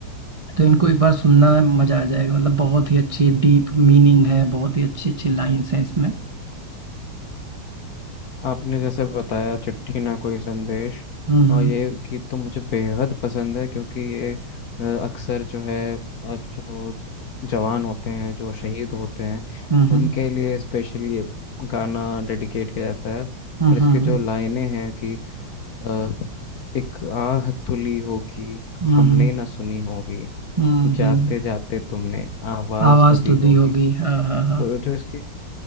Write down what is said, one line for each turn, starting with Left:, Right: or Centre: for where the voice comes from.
Right: तो इनको एक बार सुनना मजा आ जाएगा मतलब बहुत ही अच्छी डीप मीनिंग है बहुत ही अच्छी अच्छी लाइन्स हैं इसमें
Left: आपने जैसे बताया चिट्ठी ना कोई संदेश
Right: हम्म
Left: और ये गीत तो मुझे बेहद पसंद है क्योंकि ये अ, अक्सर जो है अ, जो जवान होते हैं जो शहीद होते हैं
Right: हम्म हम्म
Left: उनके लिए स्पेशली ये गाना डेडिकेट किया जाता है और
Right: हम्म
Left: इसकी
Right: हम्म
Left: जो लाइनें हैं कि अ, एक आह तुली होगी
Right: हम्म
Left: हमने
Right: हम्म
Left: ना सुनी होगी
Right: हम्म
Left: जाते
Right: हम्म,
Left: जाते तुमने आवाज
Right: आवाज
Left: तो दी
Right: तो
Left: होगी
Right: दी होगी हाँ हाँ हाँ
Left: तो जो इसके